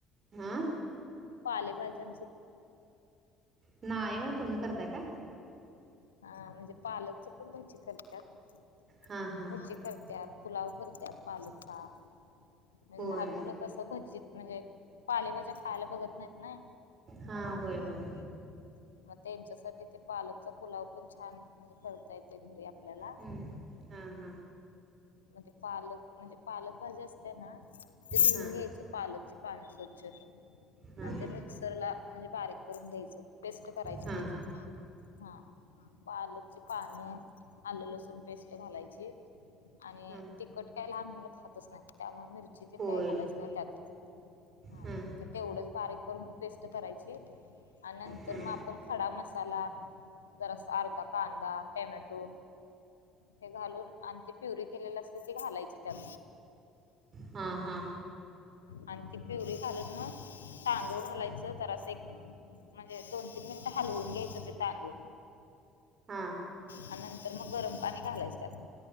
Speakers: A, on the right; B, on the left.
A: हां
B: पालेभाज्या
A: नाही हो तुम्ही करताय काय.
B: अ म्हणजे पालकच पण भजी करतात
A: हां हां
B: भजी करतत पुलाव करतात पालकचा म्हणजे
A: होय
B: लहान मुलं अससं भजीत म्हणजे पालेभाज्या खायला बघत नाही नई
A: हां होय
B: हाहा
A: होय
B: त्यांच्यासाठी ते पालकचा पुलाव पण छान म्हणजे करता येतो घरी आपल्याला
A: हम्म, हां हा.
B: मग ते पालक म्हणजे पालक भाजी असते ना ते धुऊन
A: हां
B: घ्यायचं पालकची पान स्वच्छ
A: हां
B: आणि ते मिक्सरला म्हणजे बारीक करून घ्यायचं, पेस्ट करायची
A: हां
B: त्याची
A: हां
B: हंह, हां पालक पान, आलं लसून पेस्ट घालायची आणि
A: हां
B: तिखट काय <unintelligible> खातच नाहीत. त्यामुळे मिरची ती
A: होय
B: काही खालायच नाही त्यात. हा,
A: हां
B: ते तेवढंच बारीक करून पेस्ट करायची आणि नंतर
A: हां
B: मग आपण खडा मसाला जरासं अर्धा कांदा, टोमॅटो हे घालून आणि ते प्युरी केलेलं असतं ते घालायची त्यात.
A: हा, हा.
B: आण ती पिवरी घालून मग तांदूळ घालायचं तर असं म्हणजे दोन तीन मिनिटं हलवून घ्यायचं ते तांदूळ
A: हां
B: आणि नंतर मग गरम पाणी घालायचं.